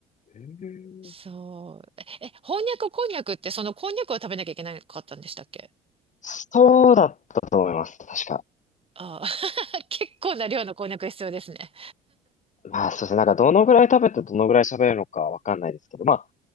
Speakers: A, on the left; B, on the right.
A: うん
B: そう。え、えこんにゃくこんにゃくってそのこんにゃくを食べなきゃいけなかったんでしたっけ
A: そうだったと思います。確か。
B: ああ、<laughs> 結構な量のこんにゃく必要ですね。
A: まあ、そうですね。なんか、どのぐらい食べてどのぐらい喋るのかわかんないですけど、まあ、